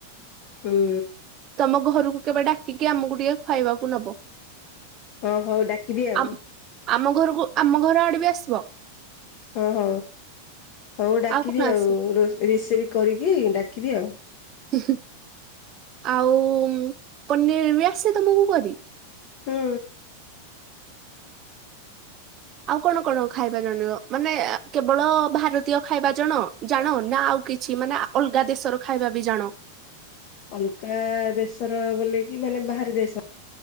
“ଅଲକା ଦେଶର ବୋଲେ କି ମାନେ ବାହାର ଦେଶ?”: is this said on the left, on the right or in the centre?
Left